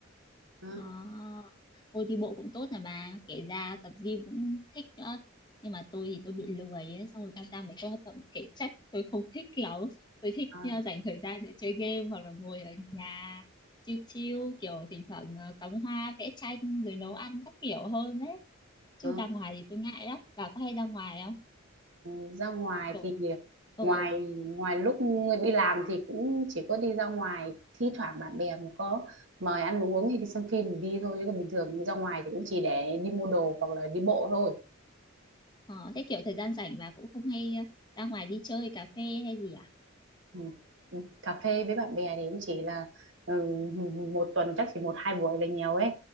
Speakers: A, on the right; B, on the left.
A: Ừ.
B: À, ôi đi bộ cũng tốt là bà kể ra tập gym cũng thích nữa nhưng mà tôi thì tôi bị lười ấy, xong rồi tham gia mấy cái hoạt động thể chất tôi không thích lắm tôi thích
A: À,
B: ờ, dành thời gian để chơi game hoặc là ngồi ở nhà chill chill kiểu thỉnh thoảng ờ, cắm hoa vẽ tranh rồi nấu ăn các kiểu hơn đấy chứ
A: ừ.
B: ra ngoài thì tôi ngại lắm bà có hay ra ngoài không
A: Ừ, ra ngoài
B: kiểu
A: thì
B: ừ
A: ngoài ngoài lúc đi làm thì cũng chỉ có đi ra ngoài thi thoảng bạn bè mà có mời ăn uống hay đi xem phim thì đi thôi chứ còn bình thường ra ngoài thì cũng chỉ để đi mua đồ hoặc là đi bộ thôi
B: ờ, thế kiểu thời gian rảnh bà cũng không hay ờ, ra ngoài đi chơi cà phê hay gì à
A: ừ. ừ, cà phê với bạn bè thì cũng chỉ là ừ, một tuần chắc chỉ một hai buổi là nhiều ấy